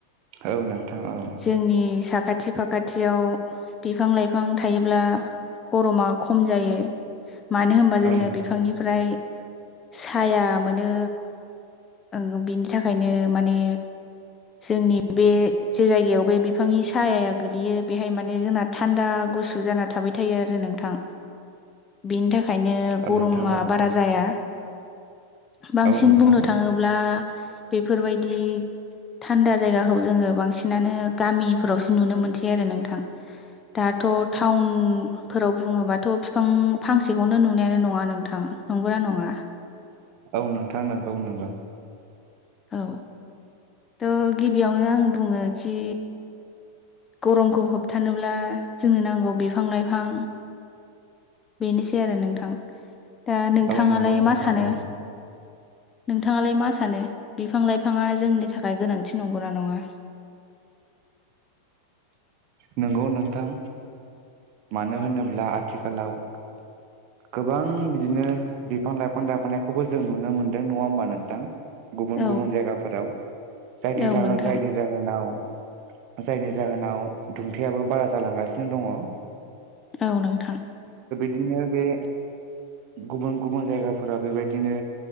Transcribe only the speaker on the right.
औ नोंथां औ।
औ नों
औ
नोंथां औ
औ नोंथां
औ नोंथां नोंगौ नोंगौ।
औ नंगौ नोंथां
औ
नोंगौ नोंथां। मानो होनोब्ला आथिखालाव गोबां बिदिनो बिफां लाइफां दानफायनायखौबो जों नुनो मोनदों नङा होमबा नोंथां? गुबुन
गुबुन जायगाफोराव जायनि
थाखाय
जायनि जाहोनाव जायनि जाहोनाव दुंथाययाबो बारा जालांगासिनो दंङ'।
बिदिनो बे
गुबुन गुबुन जायगाफोरा बेबायदिनो